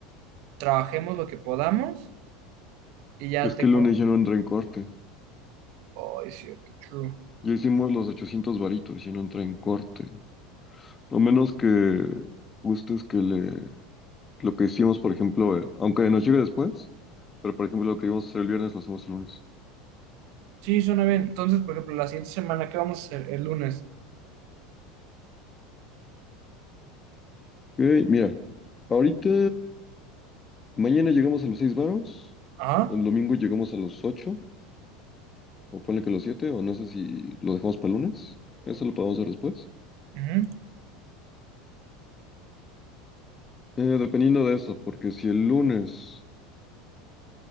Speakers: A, on the right (about 65°); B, on the left (about 25°).
A: trabajemos lo que podamos y ya
B: Es
A: tengamos...
B: que el lunes ya no entra en corte.
A: Oh, es cierto, true.
B: Ya hicimos los 800 varitos, ya no entra en corte. A menos que gustes que le, lo que hicimos, por ejemplo, eh, aunque nos llegue después, pero por ejemplo lo que íbamos a hacer el viernes lo hacemos el lunes.
A: Sí, suena bien. Entonces, por ejemplo, la siguiente semana, ¿qué vamos a hacer? El lunes.
B: Ok, mira, ahorita, mañana llegamos a los 6 varos,
A: Ah,
B: el domingo llegamos a los 8. o ponle que los siete, o no sé si lo dejamos para el lunes. Eso lo podemos ver después.
A: ujú.
B: Eh, dependiendo de eso, porque si el lunes